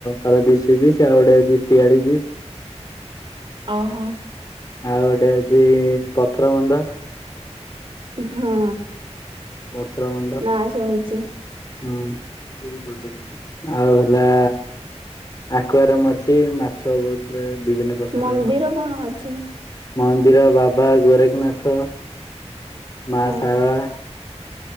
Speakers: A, on the left; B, on the right.
A: ପାରାଦିଶୀ ବିଚ୍ ଆଉ ଗୋଟେ ଅଛି ଶିଆଳି ବିଚ୍
B: ଓହୋ
A: ଆଉ ଗୋଟେ ଅଉଛି ପଥର ବନ୍ଧ
B: ଉ ହଁ
A: ପଥର ବନ୍ଦ
B: ନା
A: <inaudible>
B: ଶୁଣିଛି
A: ହୁଁ ଆଉ ହେଲା ଆକୁଆରମ୍ ଅଛି ମାଛ ବହୁତରେ ବିଭିନ୍ନ ପ୍ରକାରର।
B: ମନ୍ଦିର କଣ ଅଛି?
A: ମନ୍ଦିର ବାବା ଗୋରେଖନାଥ ମା
B: ହଁ।
A: ସାରଳା